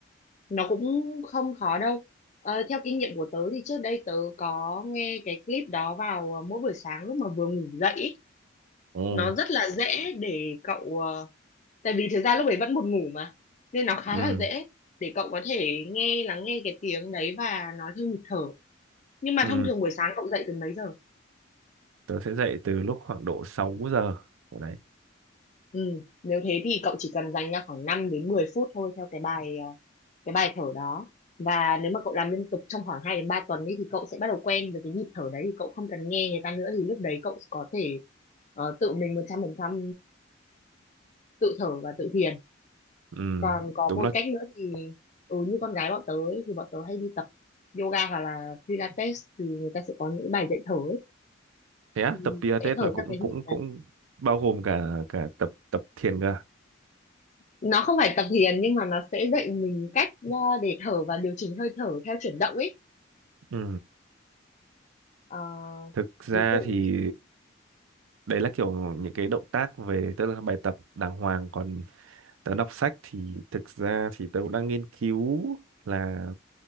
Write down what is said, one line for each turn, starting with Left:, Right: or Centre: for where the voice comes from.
Left: nó cũng không khó đâu Ờ, theo kinh nghiệm của tớ thì trước đây tớ có nghe cái clip đó vào ờ, mỗi buổi sáng lúc mà vừa ngủ dậy ý.
Right: Ồ.
Left: nó rất là dễ để cậu ờ, tại vì thực ra lúc ấy vẫn buồn ngủ mà nên nó khá
Right: Ừ.
Left: là dễ để cậu có thể nghe lắng nghe cái tiếng đấy và nói theo nhịp thở nhưng mà
Right: Ừ.
Left: thông thường buổi sáng cậu dậy từ mấy giờ
Right: Tớ sẽ dậy từ lúc khoảng độ 6 giờ. Ở Đấy.
Left: ừ nếu thế thì cậu chỉ cần dành ra khoảng 5 đến 10 phút thôi theo cái bài à, cái bài thở đó và nếu mà cậu làm liên tục trong khoảng 2 đến 3 tuần ấy thì cậu sẽ bắt đầu quen với cái nhịp thở đấy thì cậu không cần nghe người ta nữa thì lúc đấy cậu có thể ờ, tự mình 100% tự thở và tự thiền
Right: Ừ.
Left: còn có
Right: Đúng
Left: một
Right: là
Left: cách nữa thì ừ, như con gái bọn tớ ấy, thì bọn tớ hay đi tập yoga hoặc là pilates thì người ta sẽ có những bài dạy thở ấy,
Right: thế á,
Left: thì
Right: tập Pilates
Left: sẽ thở
Right: là cũng
Left: theo cái
Right: cũng
Left: nhịp đấy
Right: cũng bao gồm cả cả tập tập thiền cơ à?
Left: nó không phải tập thiền nhưng mà nó sẽ dạy mình cách ờ, để thở và điều chỉnh hơi thở theo chuyển động ấy
Right: ừ.
Left: Ờ,
Right: thực ra
Left: ví dụ
Right: thì đấy là kiểu những cái động tác về tức là bài tập đàng hoàng còn tớ đọc sách thì thực ra thì tớ cũng đang nghiên cứu là